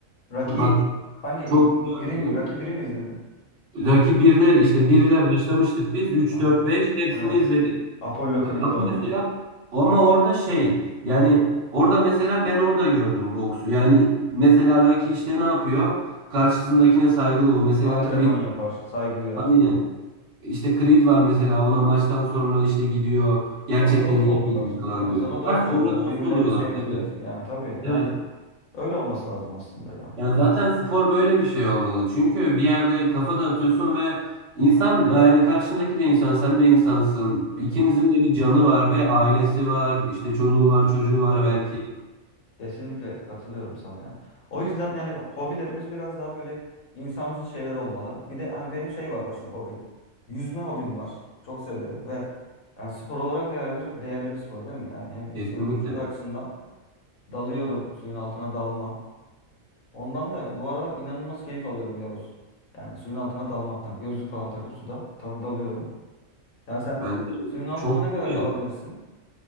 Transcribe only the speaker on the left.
Rocky
hangi
bi-
biri
Rocky biri mi izledin?
Ha.
Aha.
Evet.
Apollo Creed'le
oynuyor.
Antrenman
yapar, saygı duyar.
Sonra dost
oldular,
değil mi?
Sonra
dost oldular,
birbirlerini
sevdiler.
Yani tabii,
yani öyle olması lazım aslında ya.
Hı
hı.
Evet.
Kesinlikle katılıyorum sana ya. O yüzden yani hobilerimiz biraz daha böyle insancıl şeyler olmalı. Bir de hani benim şey var hoşta hobi. Yüzme hobim var. Çok severim ve yani spor olarak da herhalde çok değerli bir spor değil mi? Yani hem insanın
vücudu açısından dalıyorum suyun altına dalma. Ondan da bu aralar inanılmaz keyif alıyorum Yavuz. Yani suyun altına dalmaktan. Gözlük falan takıp suda tabii dalıyorum. Ya sen
suyun altına
ne
kadar kalabilirsin?